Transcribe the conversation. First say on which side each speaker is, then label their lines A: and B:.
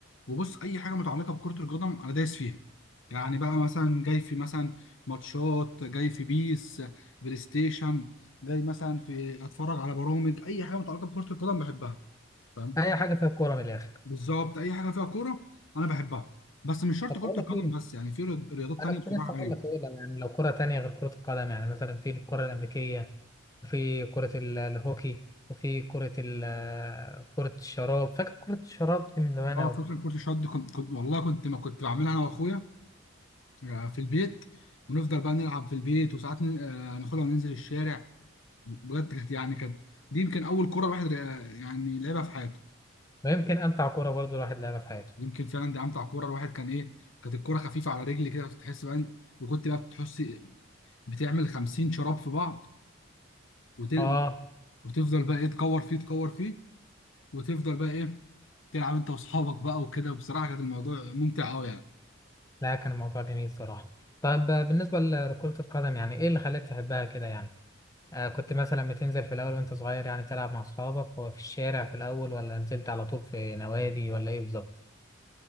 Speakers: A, on the left; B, on the left.
A: وبص اي حاجه متعلقه بكره القدم انا دايس فيها يعني بقى مثلا جاي في مثلا ماتشات جاي في بيس بلاي ستيشن جاي مثلا في اتفرج على برامج اي حاجه متعلقه بكره القدم بحبها فاهم
B: اي حاجة فيها كورة من الاخر
A: بالظبط اي حاجه فيها كوره انا بحبها بس مش شرط
B: طب بقول
A: كره
B: لك
A: القدم
B: ايه
A: بس يعني في رياض- رياضات
B: انا
A: تانية
B: كنت
A: بصراحه
B: لسه هقول
A: ايوه
B: لك ايه لو- يعني لو كرة تانية غير كرة القدم يعني مثلا في الكرة الامريكية وفي كرة ال- الهوكي وفي كرة ال- آه، كرة الشراب فاكر كرة الشراب دي من زمان
A: اه
B: قوي
A: فكره كره الشط دي كنت, كنت والله كنت ما كنت بعملها انا واخويا آه، في البيت ونفضل بقى نلعب في البيت وساعات ن- آه، ناخدها وننزل الشارع بجد كانت يعني كانت دي يمكن اول كوره الواحد آه، يعني لعبها في حياته
B: ويمكن امتع كرة برضو الواحد لعبها في حياته
A: يمكن فعلا دي امتع كوره الواحد كان ايه كانت الكوره خفيفه على رجلي كده بتحس بقى إن- وكنت بقى بتحس بتعمل 50 شراب في بعض وتل...
B: اه
A: وتفضل بقى ايه تكور فيه تكور فيه وتفضل بقى ايه تلعب انت واصحابك بقى وكده بصراحه كان الموضوع ممتع قوي يعني
B: لا كان الموضوع جميل صراحة طب آه، بالنسبة لكرة القدم يعني ايه اللي خلاك تحبها كده يعني آه، كنت مثلا بتنزل في الأول وأنت صغير يعني تلعب مع أصحابك وفي الشارع في الأول ولا نزلت على طول في نوادي ولا إيه بالظبط؟